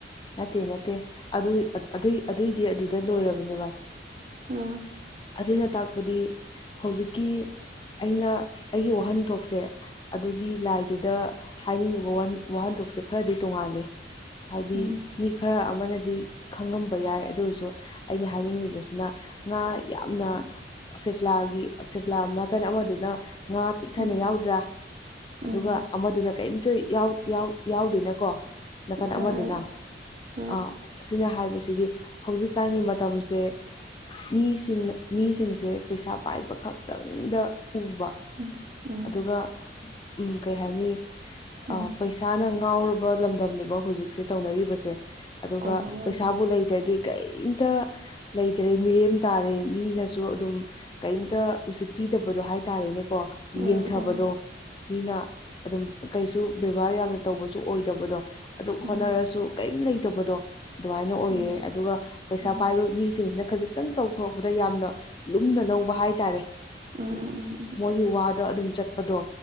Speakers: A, on the left; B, on the right.
A: ꯅꯠꯇꯦ ꯅꯠꯇꯦ ꯑꯗꯨ ꯑꯗꯨꯏ ꯑꯗꯨꯏꯗꯤ ꯑꯗꯨ ꯗ ꯂꯣꯏꯔꯕꯅꯦ ꯚꯥꯏ
B: ꯑꯥ
A: ꯑꯗꯨꯅ ꯇꯥꯛꯄꯗꯤ ꯍꯧꯖꯤꯛꯀꯤ ꯑꯩꯅ ꯑꯩꯒꯤ ꯋꯥꯍꯟꯊꯣꯛꯁꯦ ꯑꯗꯨꯒꯤ ꯂꯥꯏꯗꯨꯗ ꯍꯥꯏꯅꯤꯡꯉꯤꯕ ꯋꯥꯍꯟ ꯋꯥꯍꯟꯊꯣꯛꯁꯦ ꯈꯔꯗꯤ ꯇꯣꯡꯉꯥꯜꯂꯦ ꯍꯥꯏꯗꯤ
B: ꯎꯝ
A: ꯃꯤ ꯈꯔ ꯑꯃꯅꯗꯤ ꯈꯪꯔꯝꯕ ꯌꯥꯏ ꯑꯗꯨ ꯑꯣꯏꯔꯁꯨ ꯑꯩꯅ ꯍꯥꯏꯅꯤꯡꯂꯤꯕꯁꯤꯅ ꯉꯥ ꯌꯥꯝꯅ ꯁ‌ꯦꯐ꯭ꯂꯥꯒꯤ ꯁ‌ꯦꯐ꯭ꯂꯥ ꯑꯝ ꯅꯀꯟ ꯑꯃꯗꯨꯅ ꯉꯥ ꯄꯤꯛ ꯊꯟꯅ
B: ꯎꯝ
A: ꯌꯥꯎꯗ꯭ꯔꯥ ꯑꯗꯨꯒ
B: ꯎꯝ
A: ꯑꯃꯗꯨꯅ ꯀꯩꯝꯇ ꯌꯥꯎ ꯌꯥꯎ ꯌꯥꯎꯗ‌ꯦꯅꯀꯣ ꯅꯥꯀꯟ
B: ꯍꯣꯏ
A: ꯑꯃꯗꯨꯅ
B: ꯍꯣꯏ ꯑꯥ
A: ꯑ ꯑꯁꯤꯅ ꯍꯥꯏꯕꯁꯤꯗꯤ ꯍꯧꯖꯤꯛꯀꯥꯟꯒꯤ ꯃꯇꯝꯁꯦ ꯃꯤꯁꯤꯡꯅ ꯃꯤꯁꯤꯡꯁꯦ ꯄꯩꯁꯥ ꯄꯥꯏꯕ ꯈꯛꯇꯪꯗ ꯎꯕ
B: ꯎꯝ ꯎꯝ
A: ꯑꯗꯨꯒ ꯎꯝ ꯀꯩ ꯍꯥꯏꯅꯤ
B: ꯎꯝ
A: ꯑ ꯄꯩꯁꯥꯅ ꯉꯥꯎꯔꯕ ꯂꯝꯗꯝꯅꯦꯕ ꯍꯧꯖꯤꯛꯁꯦ ꯇꯧꯅꯔꯤꯕꯁꯦ ꯑꯗꯨꯒ
B: ꯑꯣꯏꯅꯤ ꯑꯣꯏꯅꯤ
A: ꯄꯩꯁꯥꯕꯨ ꯂꯩꯇ꯭ꯔꯗꯤ ꯀꯩꯝꯇ ꯂꯩꯇ꯭ꯔꯦ ꯃꯤꯔꯦꯝ ꯇꯥꯔꯦ ꯃꯤꯅꯁꯨ ꯑꯗꯨꯝ ꯀꯩꯝꯇ ꯎꯁꯤꯠꯄꯤꯗꯕꯗꯣ ꯍꯥꯏꯇꯥꯔꯦꯅꯦꯀꯣ
B: ꯑꯥ
A: ꯌꯦꯡꯊꯕꯗꯣ
B: ꯑꯥ ꯑꯥ
A: ꯃꯤꯅ ꯑꯗꯨꯝ ꯀꯩꯁꯨ ꯕꯦꯕꯥꯔ ꯌꯥꯝꯅ ꯇꯧꯕꯁꯨ ꯑꯣꯏꯗꯕꯗꯣ ꯑꯗꯨ
B: ꯎꯝ ꯎꯝ
A: ꯍꯣꯠꯅꯔꯁꯨ ꯀꯩꯝ ꯂꯩꯇꯕꯗꯣ ꯑꯗꯨꯃꯥꯏꯅ ꯑꯣꯏꯌꯦ
B: ꯎꯝ
A: ꯑꯗꯨꯒ ꯄꯩꯁꯥ
B: ꯎꯝ
A: ꯄꯥꯏꯕ ꯃꯤꯁꯤꯡꯁꯤꯅ ꯈꯖꯤꯛꯇꯪ ꯇꯧꯊꯣꯔꯛꯄꯗ ꯌꯥꯝꯅ ꯂꯨꯝꯅ ꯂꯧꯕ ꯍꯥꯏꯇꯥꯔꯦ
B: ꯎꯝ ꯎꯝ ꯎꯝ
A: ꯃꯣꯏꯒꯤ ꯋꯥ ꯗ ꯑꯗꯨꯝ ꯆꯠꯄꯗꯣ